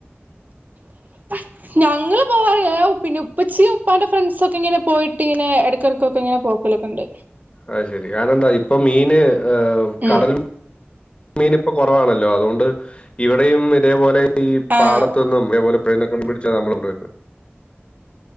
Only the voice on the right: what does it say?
<inaudible> ഞങ്ങൾ പോവാറില്ല. പിന്നെ ഉപ്പച്ചയും ഉപ്പാന്റെ ഫ്രണ്ട്സ ഒക്കെ ഇങ്ങനെ പോയിട്ട് ഇങ്ങനെ ഇടക്കടക്കൊക്കെ ഇങ്ങനെ പോ കാറുണ്ട്.
ഉം
ആഹ്